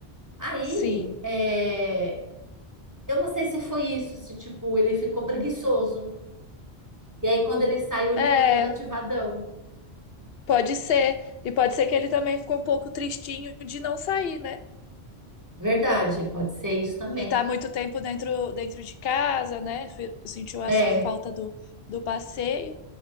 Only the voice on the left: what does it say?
Sim.
É,
pode ser. E pode ser que ele também ficou um pouco tristinho de não sair, né?
De estar muito tempo dentro, dentro de casa, né? Fe- Sentiu essa
falta do, do passeio.